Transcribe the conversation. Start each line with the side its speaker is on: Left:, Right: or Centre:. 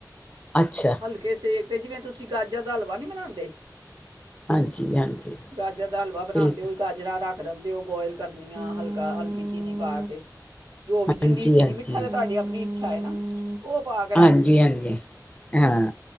Left: ਅੱਛਾ
Right: ਹਲਕੇ ਸ ਇੱਕ ਤੇ ਜਿਵੇਂ ਤੁਸੀਂ ਗਾਜਰ ਦਾ ਹਲਵਾ ਨੀ ਬਣਾਉਂਦੇ
Left: ਹਾਂਜੀ ਹਾਂਜੀ
Right: ਗਾਜਰ ਦਾ ਹਲਵਾ ਬਣਾਉਂਦੇ
Left: ਠੀਕ
Right: ਹੋ ਗਾਜਰਾਂ ਰੱਖ ਰਨ ਦਿਓ ਬੋਇਲ ਕਰਨੀ ਆ ਹਲਕਾ ਹਲਕੀ ਚੀਨੀ ਪਾ ਕੇ ਜੋ ਵੀ
Left: ਹਾਂਜੀ
Right: ਜਿੰਨੀ ਚੀਨੀ
Left: ਹਾਂਜੀ
Right: ਮਿੱਟੀ ਠਾ ਤੇ ਤੁਹਾਡੀ ਆਪਣੀ ਇੱਛਾ ਹੈ ਨਾ ਉਹ ਪਾ ਕੇ ਰੱਖ
Left: ਹਾਂਜੀ
Right: ਦਿਓ
Left: ਹਾਂਜੀ ਹਾਂ